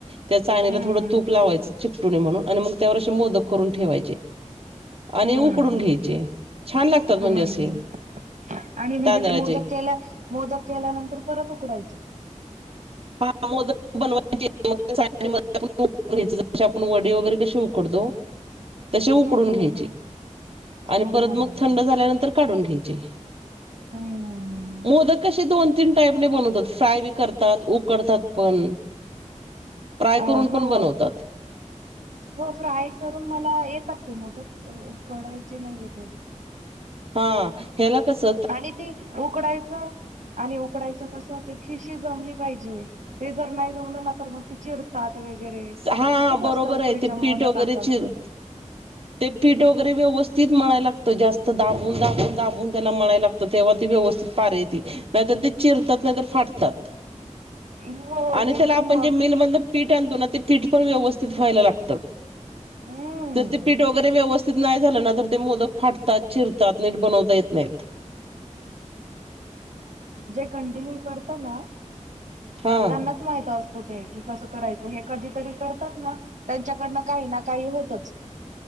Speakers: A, on the right; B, on the right.
A: त्या चाळनीला
B: हम्म
A: थोडं तूप लावायचं चिकटुणे म्हणून,, आणि मग त्यावर असे मोदक करून ठेवायचे,, आणि
B: हम्म
A: उकडून घ्यायचे. छान लागतात
B: हम्म,,
A: म्हणजे असे
B: आणि म्हणजे
A: तांदळाचे
B: ते मोदक ख्यायला मोदक केल्यानंतर परत उकडायचे
A: हा,, मोदक बनवायचे घ्यायच, जशी आपण वडे वगैरे कसे उकडतो तशे
B: हम्म
A: उकडून
B: हम्म
A: घ्यायचे,, आणि
B: हम्म
A: परत
B: हम्म
A: मग थंड झाल्यानंतर काढून घ्यायचे.
B: हम्म
A: मोदक कसेे दोन तीन टाईपने बनवतात,, फ्राय बी करतात, ऊकऽ उकडतात पण फ्राय
B: अ,,
A: करून पण
B: हो.
A: बनवतात
B: हो, फ्राय करून, मला येतात ते मोदक, ऊकडायचे नाही येत.
A: हां,,, ह्याला कस
B: आणि ते,, उकडायचं आणि उकडायचं कस? ते खिशी जमली पाहिजे,, ते जर नाही जमलं ना तर मग ती चिर तात वगैरे,, ते
A: हा
B: खूप
A: बरोबर
B: असतं उकडीच्या
A: आहे ते
B: मोदकाच.
A: पीठ वगैरे चिर ते पीठ वगैरे व्यवस्थित मळाय लागतं,, जास्त दाबून, दाबून, दाबून त्याला मळाय लागत,, तेव्हा ते व्यवस्थित पार येतय, नाहीतर ते चिरतात नाहीतर, फाटतात.
B: हो
A: आणि
B: तेच
A: त्याला आपण
B: मग
A: जे मिलमधन पीठ आणतो ना,, ते पीठ पण व्यवस्थित व्हायला लागतं.
B: हम्म
A: तर ते पीठ वगैरे व्यवस्थित नाही झालं ना,, तर ते मोदक फाटत तात,, चिर तात,, नीट बनवता येत नाहीत.
B: जे कंटिन्यू करतात ना,,
A: हा
B: त्यांनाच माहित असत ते,, की कसं करायचं,, हे कधीतरी करतात ना त्यांच्याकडनं काही ना काही होतच.